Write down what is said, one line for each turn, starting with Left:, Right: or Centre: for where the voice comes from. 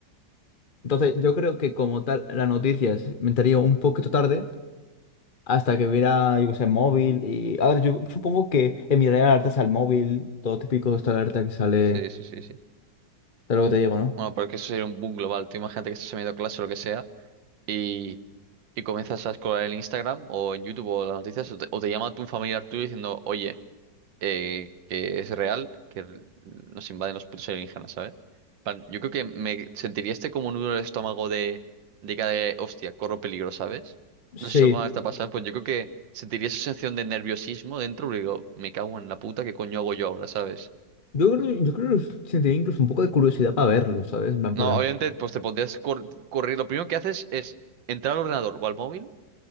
Left: Entonces, yo creo que como tal, las noticias me entraría un poquito tarde hasta que viera, yo qué sé, móvil y... A ver, yo supongo que enviaría alertas al móvil, todo típico de esta alerta que sale...
Right: Sí, sí, sí, sí.
Left: de lo que te digo, ¿no?
Right: Bueno, pero que eso sería un boom global. Tú imagínate que estás en medio de clase o lo que sea y... Y comienzas a escolar en Instagram o en YouTube o las noticias o te, o te llama tu familiar tuyo diciendo, oye... eh, que es real que r- nos invaden los putos alienígenas, ¿sabes? Plan, yo creo que me sentiría este como nudo en el estómago de, de cara de, hostia, corro peligro, ¿sabes? No
Left: Sí.
Right: sé si alguna vez te ha pasado, pues yo creo que sentiría esa sensación de nerviosismo dentro, porque digo, me cago en la puta, ¿qué coño hago yo ahora, ¿sabes?
Left: Yo creo, yo creo que sentiría incluso un poco de curiosidad para verlos, ¿sabes? En plan,
Right: No,
Left: para...
Right: obviamente, pues te pondrías cor- correr. Lo primero que haces es entrar al ordenador o al móvil